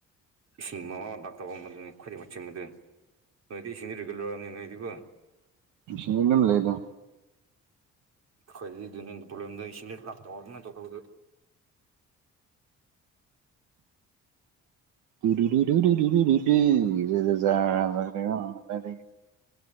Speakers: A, on the right; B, on the right.
A: ꯏꯁꯤꯡ ꯃꯃꯥ ꯃ ꯗꯥꯛꯇꯔ ꯑꯃꯗꯨ ꯈꯣꯏꯗꯦꯛ ꯃ ꯆ ꯃ ꯑꯗꯨ ꯅꯣꯏꯗꯤ ꯏꯁꯤꯡꯗꯤ ꯔꯤꯒꯨꯜ ꯂꯧꯔꯛꯑꯅꯦ ꯅꯣꯏꯗꯤꯀꯣ
B: ꯁꯒꯝ ꯂꯩꯗ
A: ꯍꯣꯏ ꯑꯗꯨꯗꯤ ꯅꯪ ꯄ꯭ꯔꯣꯕ꯭ꯂꯦꯝꯗ ꯏꯁꯤꯡ ꯂꯥꯛꯇꯕ ꯑꯗꯨꯃꯥꯏꯅ ꯇꯧꯈꯧꯕꯗꯣ
B: <unintelligible> ꯌꯥꯖꯒ ꯂꯩꯖ